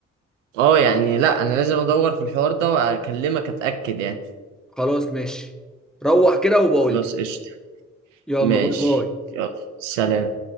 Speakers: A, on the right; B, in the centre.
A: اه يعني لا انا لازم ادور في الحوار ده واكلمك اتاكد يعني
B: خلاص ماشي روح كده وبقول
A: خلاص
B: لي
A: قشطه
B: يلا
A: ماشي
B: باي باي
A: يلا سلام